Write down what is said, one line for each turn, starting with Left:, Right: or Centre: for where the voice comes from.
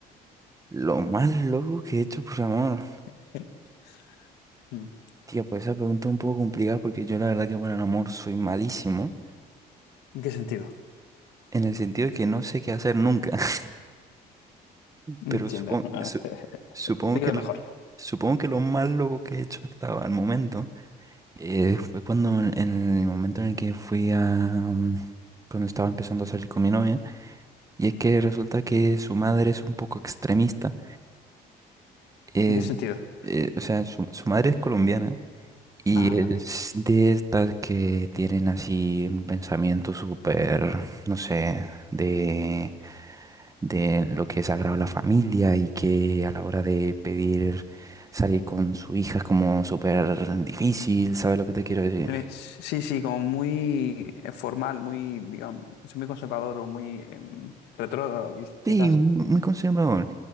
Right: Lo más loco que he hecho por amor.
Left: <laughs> Mm.
Right: Tío, pues esa pregunta es un poco complicada porque yo la verdad que por el amor soy malísimo.
Left: ¿En qué sentido?
Right: En el sentido de que no sé qué hacer nunca. <laughs>
Left: No
Right: Pero
Left: entiendo.
Right: supongo,
Left: <laughs> Explícate
Right: supongo que
Left: mejor.
Right: lo, supongo que lo más loco que he hecho hasta el momento eh, fue cuando en en el momento en el que fui a mm, cuando estaba empezando a salir con mi novia y es que resulta que su madre es un poco extremista eh,
Left: ¿En qué sentido?
Right: eh, o sea su, su madre es colombiana y
Left: Ah,
Right: es
Left: vale.
Right: de estas que tienen así un pensamiento súper no sé de de lo que es sagrado a la familia y que a la hora de pedir salir con su hija es como súper difícil, ¿sabes lo que te quiero decir?
Left: Tiene- Sí, sí, como muy eh, formal, muy, digamos, es muy conservador o muy em, retrógrado, quiz- quizás.
Right: Sí, mu- muy conservador.